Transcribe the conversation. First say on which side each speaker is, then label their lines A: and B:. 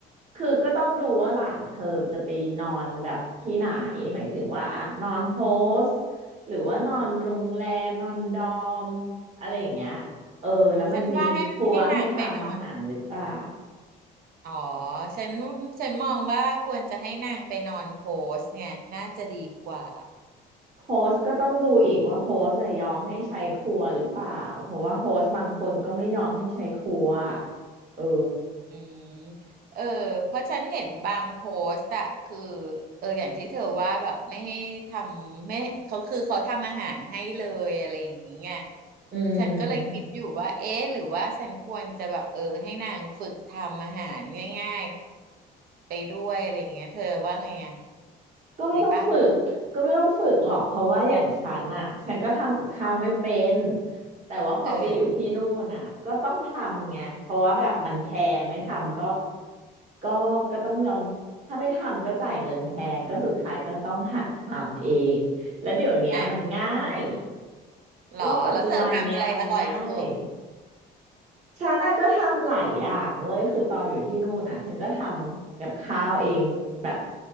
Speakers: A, on the right (about 45°); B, on the right (about 60°).
A: คือก็ต้องดูว่าหลานเธอจะไปนอนแบบที่ไหนหมายถึงว่าอ่ะนอนโฮสต์หรือว่านอนโรงแรมนอนดอมอะไรอย่างเงี้ยเออแล้วมันมีครัวให้ทำอาหารหรือเปล่า
B: ฉันว่าให้ให้นางไปนอน อ๋อฉันฉันมองว่าควรจะให้นางไปนอนโฮสเนี่ยน่าจะดีกว่า
A: โฮสต์ก็ต้องดูอีกว่าโฮสต์จะยยอมให้ใช้ครัวหรือเปล่าเพราะว่าโฮสต์บางคนก็ไม่ยอมให้ใช้ครัวเออ
B: อืมเออเพราะฉันเห็นบางโฮสต์อะคือเอออย่างที่เธอว่าแบบไม่ให้ทำไม่เขาคือเขาทำอาหารให้เลยอะไรอย่างเงี้ย
A: อืม
B: ฉันก็เลยคิดอยู่ว่าเอ๊ะหรือว่าฉันควรจะแบบเออให้นางฝึกทำอาหารง่ายๆไปด้วยอะไรอย่างเงี้ยเธอว่าไงอะ
A: ก็ไม่ต้องฝึกก็ไม่ต้องฝึกหรอกเพราะว่าอย่างฉันน่ะฉันก็ทำกับข้าวไม่เป็น
B: ดีป่ะ
A: แต่ว่าพอไปอยู่ที่นู่นน่ะก็ต้องทำไงเพราะว่าแบบมันแพงไม่ทำก็
B: เออ
A: ก็ก็ต้องยอมถ้าไม่ทำก็จ่ายเงินแพงก็สุดท้ายก็ต้องหัดทำเองแล้วเดี๋ยวเนี้ยมันง่าย
B: อ่ะอืมหรอแล้วเธอทำอะไรอร่อยสุด
A: โลกปัจจุบันเนี้ยมันง่าย ฉันน่ะก็ทำหลายอย่างเว้ยคือตอนอยู่ที่นู่นน่ะฉันก็ทำกับข้าวเองแบบ